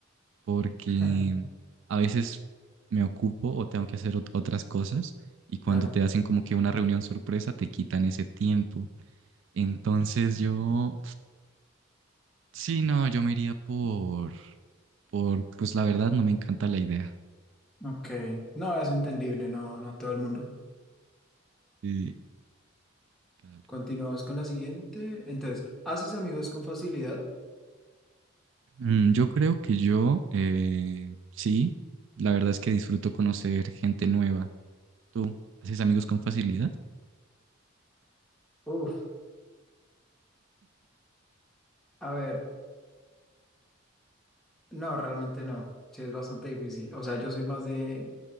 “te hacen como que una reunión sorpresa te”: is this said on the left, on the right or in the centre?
Right